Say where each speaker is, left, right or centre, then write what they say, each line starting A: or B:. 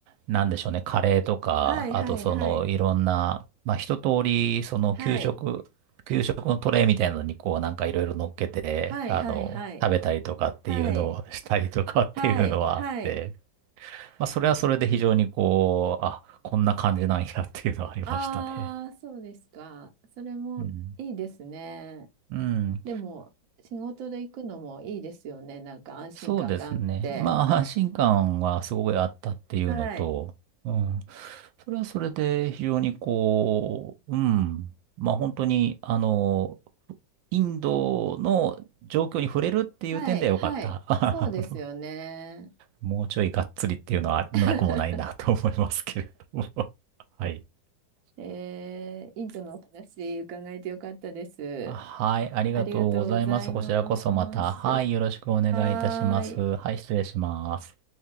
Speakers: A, on the right; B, on the right.
A: なんでしょうね、カレーとか、
B: はい、
A: あとその、
B: はい、は
A: いろんな、まあ、一通り、その、
B: い、
A: 給食、給食のトレイみたいなのに、こう、なんかいろいろ乗っけて、
B: はい、
A: あの、
B: はい、はい、
A: 食べたりとかっていうのをしたりとかっていうのはあって、
B: はい、はい、はい、はい、
A: まあ、それはそれで非常にこう、あ、こんな感じなんやっていうのはありましたね。
B: ああ、そうですか。それもいいですね。
A: うん。うん。
B: でも、仕事で行くのもいいですよね。なんか安心感があって。
A: そうですね。まあ、<laughs> 安心感はすごいあったっていうのと、
B: はい。
A: うん。それはそれで非常にこう、うん。まあ、本当に、あの、インドの状況に触れるっていう点ではよかった。
B: はい、はい。
A: <laughs> あの
B: そうですよね。
A: もうちょいがっつりっていうのはなくもないなと思いますけれども。
B: <laughs>
A: <laughs> はい。
B: えー、インドのお話伺えてよかったです。
A: あはい、ありがとうございます。
B: ありがとうございます。
A: こちらこそまた、はい、よろしくお願いいたします。
B: はーい。
A: はい、失礼します。